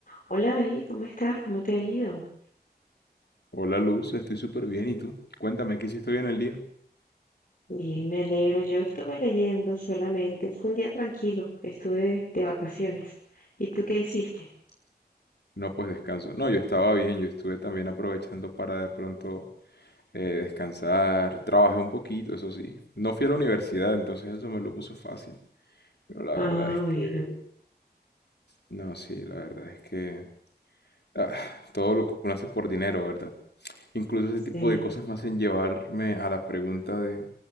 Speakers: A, on the left; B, on the left.
A: Hola David, ¿cómo estás? ¿Cómo te ha ido?
B: Hola Luz, estoy súper bien. ¿Y tú? Cuéntame, ¿qué hiciste hoy en el día?
A: Bien, me alegro. Yo estuve leyendo solamente. Fue un día tranquilo. Estuve de, de vacaciones. ¿Y tú qué hiciste?
B: No, pues descanso. No, yo estaba bien, yo estuve también aprovechando para de pronto eh, descansar. Trabajé un poquito, eso sí. No fui a la universidad, entonces eso me lo puso fácil. Pero la
A: Ah,
B: verdad es
A: bueno.
B: que... No, sí, la verdad es que... ah, todo lo que uno hace por dinero, ¿verdad? Incluso ese tipo
A: sí.
B: de cosas me hacen llevarme a la pregunta de...